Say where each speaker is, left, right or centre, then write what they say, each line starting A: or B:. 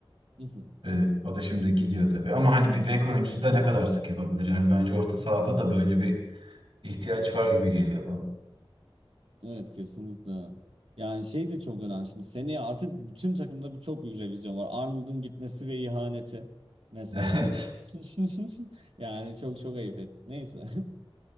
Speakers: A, on the right; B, on the right.
A: Mhm.
B: Evet, o da şimdi gidiyor tabii. Ama hani bir bek oyuncusu da ne kadar sık yapabilir? Yani bence orta sahada da böyle bir ihtiyaç var gibi geliyor bana. <laughs>
A: Evet kesinlikle. Yani şey de çok önemli şimdi. Seneye artık bütün takımda bir çok büyük revizyon var. Arnold'un gitmesi ve ihaneti mesela.
B: Evet.
A: <laughs> Yani çok çok ayıp et. Neyse. <laughs>